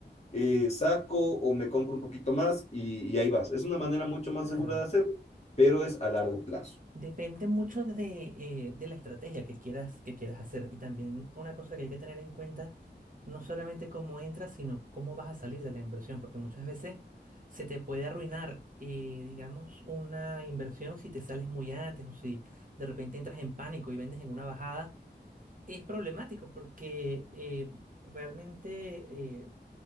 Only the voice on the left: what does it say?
eh, saco o me compro un poquito más y, y ahí vas. Es una manera mucho más
segura de hacerlo, pero es a largo plazo.